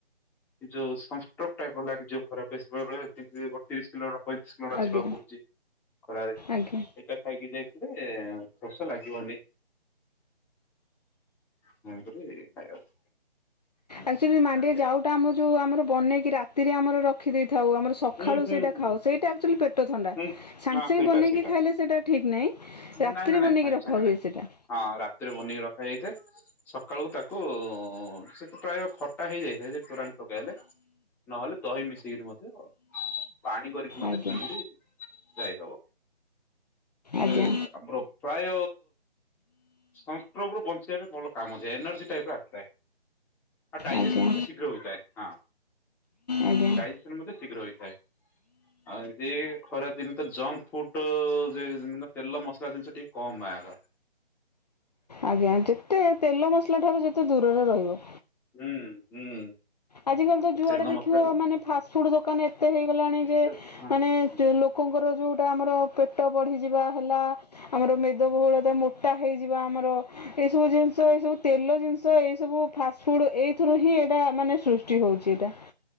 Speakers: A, in the centre; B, on the left.
A: ଏ ଯୋଉ ସଂସ୍ଟ୍ରୋଗ ଟାଇପର ଲାଗେ ଯୋଉ ଖରା ବେଶି ବେଳେ ବେଳେ ତି ତି ଗୋଟେ ତିରିଶ କିଲୋ ପଇଁତିରିଶି କିଲୋମିଟର
B: ଆଜ୍ଞା
A: ଯିବାକୁ ପଡୁଚି ଖରାରେ
B: ଆଜ୍ଞା
A: ଏଇଟା ଖାଇକି ଯାଇଥିଲେ ଶୋସ ଲାଗିବନି। ତେଣୁ କରି ଖାଇବାକୁ। ହୁଁ।
B: ଆକଚୁଲି ମାଣ୍ଡିଆ
A: ଆଜ୍ଞା
B: ଯାଉଟା ଆମେ ଯୋଉ ଆମର ବନେଇକି ରାତିରେ ଆମର ରଖିଦେଇ ଥାଉ ଆମର ସଖାଳୁ
A: ହୁଁ ହୁଁ
B: ସେଇଟା
A: ହୁଁ।
B: ଖାଉ ସେଇଟା ଆକଚୁଲି ପେଟ ଥଣ୍ଡା
A: ହୁଁ
B: ସାଙ୍ଗେ
A: ହଁ
B: ସାଙ୍ଗେ
A: ସେଇଟା
B: ବନେଇକି
A: ସେଇଟା
B: ଖାଇଲେ ସେଇଟା ଠିକ ନାହିଁ ରାତିରେ
A: ନାଇଁ ନାଇଁ ନାଇଁ
B: ବନେଇକି
A: ସାଙ୍ଗେ
B: ରଖା
A: ସାଙ୍ଗେ ନାଇଁ
B: ହୁଏ ସେଇଟା।
A: ହଁ ରାତିରେ ବନେଇକି ରଖାଯାଇଥାଏ। ସକାଳୁ ତାକୁ ସେତ ପ୍ରାୟ ଖ ଖଟା ହେଇଯାଇଥାଏ ଯେ ତୋରାଣୀ ପକାଇଲେ ନହେଲେ ଦହି ମିଶେଇିକିରି ମଧ୍ୟ ପାଣି କରିକି ମଧ୍ୟ
B: ଆଜ୍ଞା
A: ପିକିରି ଯାଇ ହବ। ହେଲେ
B: ଆଜ୍ଞା
A: ଆମର ପ୍ରାୟ ସନ୍ ଷ୍ଟ୍ରୋକ୍ ରୁ ବଞ୍ଚିବା ପାଇଁ ଭଲ କାମ ଦିଏ ଏନର୍ଜି ଟାଇପ୍ ର ଆସିଥାଏ। ଆଉ ଡାଇଜେସନ
B: ଆଜ୍ଞା
A: ମଧ୍ୟ ଶୀଘ୍ର ହୋଇଥାଏ, ହଁ
B: ଆଜ୍ଞା
A: ଡାଇଜେସନ ମଧ୍ୟ ଶୀଘ୍ର ହୋଇ ଥାଏ। ଆଉ ଦି ଖରା ଦିନ ତ ଜଙ୍କ ଫୁଡ ଯେ ତେଲ ମସଲା ଜିନିଷ ଟିକେ କମ୍ ଆର।
B: ଆଜ୍ଞା, ଯେତେ ତେଲ ମସଲା ଠାରୁ ଯେତେ ଦୂରରେ ରହିବ।
A: ହୁଁ ହୁଁ।
B: ଆଜିକାଲି ତ ଯୁଆଡ଼େ
A: ତେଲ
B: ଦେଖିବ
A: ମସଲା ଟି
B: ମାନେ ଫାଷ୍ଟଫୁଡ଼୍ ଦୋକାନ ଏତେ ହେଇଗଲାଣି
A: ସେଇତ
B: ଯେ
A: ହଁ
B: ମାନେ
A: ହୁଁ
B: ଲୋକଙ୍କର ଯୋଉ ଟା ଆମର ପେଟ ବଢିଯିବା ହେଲା, ଆମର ମେଦବହୁଳତା ମୋଟା ହେଇଯିବା ଆମର ଏଇ ସବୁ ଜିନିଷ ଏ ସବୁ ତେଲ ଜିନିଷ ଏଇ ସବୁ ଫାଷ୍ଟଫୁଡ ଏଇଥିରୁ ହିଁ ଏଇଟା ମାନେ ସୃଷ୍ଟି ହେଉଛି ଏଇଟା।